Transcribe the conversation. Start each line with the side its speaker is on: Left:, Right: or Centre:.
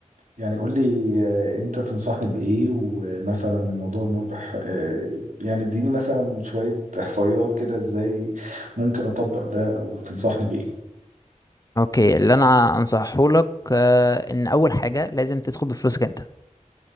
Right: يعني قول لي آه، انت تنصحني بايه ومثلا الموضوع مربح آه، يعني اديني مثلا شوية احصائيات كده ازاي ممكن اطبق ده وتنصحني بايه
Left: اوكي اللي انا انصحه لك آه ان اول حاجه لازم تدخل بفلوسك انت